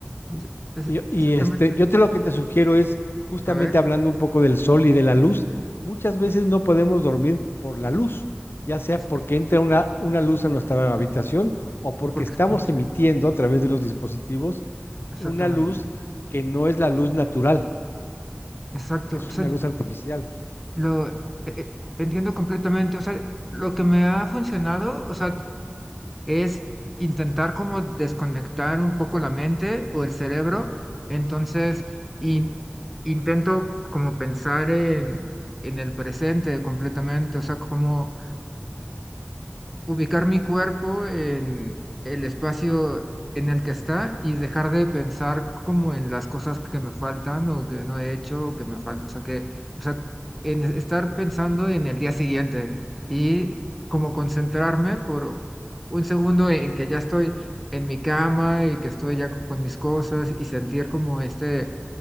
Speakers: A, in the centre; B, on the left (about 65°).
A: es- es-
B: y, y,
A: exactamente.
B: este, yo te lo que te sugiero es, justamente
A: A ver,
B: hablando un poco del sol y de la luz, muchas veces no podemos dormir por la luz, ya sea
A: exacto,
B: porque entra una, una luz a nuestra habitación o porque
A: porque
B: estamos
A: estamos,
B: emitiendo a través de los dispositivos
A: exactamente.
B: una luz que no es la luz natural,
A: Exacto.
B: que es
A: O sea,
B: una luz artificial.
A: Lo eh, eh, entiendo completamente. O sea, lo que me ha funcionado, o sea, es intentar como desconectar un poco la mente o el cerebro. Entonces, in- intento como pensar en, en el presente completamente. O sea, como ubicar mi cuerpo en el espacio en el que está y dejar de pensar como en las cosas que me faltan o que no he hecho o que me faltan, o sea que, o sea, en estar pensando en el día siguiente y como concentrarme por un segundo en que ya estoy en mi cama y que estoy ya con mis cosas y sentir como este